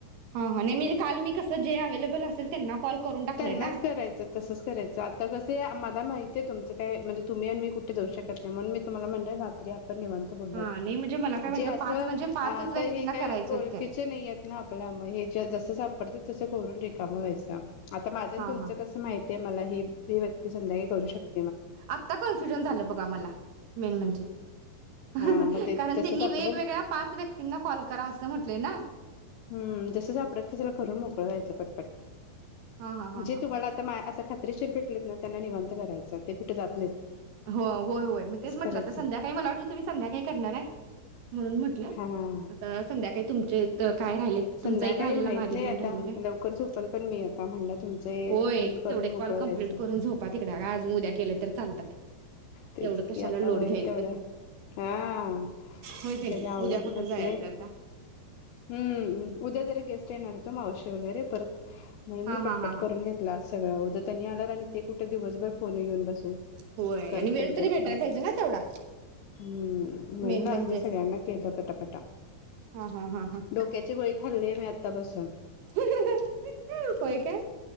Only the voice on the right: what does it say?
हा हा नाही म्हणजे काल मी कस जे एविलेबेल वेळ असेल त्यांना?? कॉल करून टाकलाय
ना
हा नाही म्हणजे मला काय वाटलं
पाच म्हणजे पाचच
व्यक्तींना
करायचे
आहेत काय
हा
हा
आत्ता कन्फ्युजन झालं बघा मला मेन म्हणजे <inaudible>
कारण
त्यांनी
वेगवेगळ्या पाच व्यक्तींना कॉल करा असं म्हणलं ना.
हा हा हा
हा
हा होय, होय मग
तेच म्हटलं
आता संध्याकाळी मला वाटलं तुम्ही संध्याकाळी करणार आहे. म्हणून म्हटलं
आता संध्याकाळी तुमच्या इथं काय राहिलं
तुमचा एक राहिलेला
माझे
दोन
राहिलेले.
होय
तेवढा एक
कॉल कम्प्लीट
करून झोपा तिकड आज आणि उद्या केले तरी चालतात.
एवढं कशाला
लोड
घ्यायचं.
होय की
नाही?
उद्या कुठं
जायचं आता?
हां,
हां, हां, हां.
होय
आणि वेळ
तरी भेटायला पाहिजे ना तेवढा?
मेन
म्हणजे.
हां, हां, हां, हां.
ह ह ह ह होय काय?